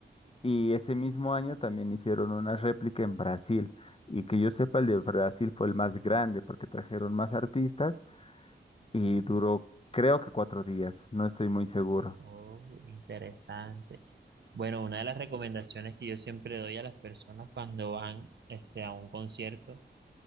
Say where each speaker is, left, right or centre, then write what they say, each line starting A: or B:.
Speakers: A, on the left; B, on the right.
A: Y ese mismo año también hicieron una réplica en Brasil. Y que yo sepa, el de Brasil fue el más grande porque trajeron más artistas y duró, creo que cuatro días, no estoy muy seguro.
B: Oh, interesante. Bueno, una de las recomendaciones que yo siempre doy a las personas cuando van este, a un concierto